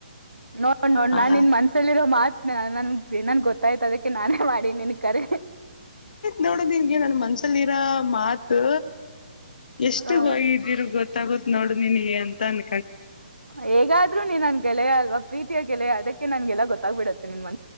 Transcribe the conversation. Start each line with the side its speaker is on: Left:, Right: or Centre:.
Right: ನೋಡ್ ನೋಡ್ ನಾನ್
Left: ಹ
Right: ನಿನ್ ಮನ್ಸಲ್ಲಿರೋ ಮಾತ್ ನನ್ಗೆ ನನ್ ಗೊತ್ತ ಗೊತ್ತಾಯ್ತ ಅದಕ್ಕೆ ನಾನೇ ಮಾಡಿ ನನ್ ಕರಿ
Left: ನೋಡುದ ನಿನ್ಗೆ ನನ್ ಮನ್ಸಲ್ಲಿರೋ ಮಾತು ಎಷ್ಟು
Right: ಹ
Left: ಹೋಗಿದಿರ್ ಗೊತ್ತಾಗ ನೋಡ್ ನಿನಗೆ ಅಂತ ಅನ್
Right: ಹೇಗಾದ್ರು ನೀನ್ ನನ್ ಗೆಳಯ ಅಲ್ವಾ ಪ್ರೀತಿಯ ಗೆಳೆಯ ಅದಕ್ಕೆ ನನ್ಗೆಲ್ಲ ಗೊತ್ತಾಗ್ಬಿಡುತ್ತೆ ನಿನ್ ಮಂ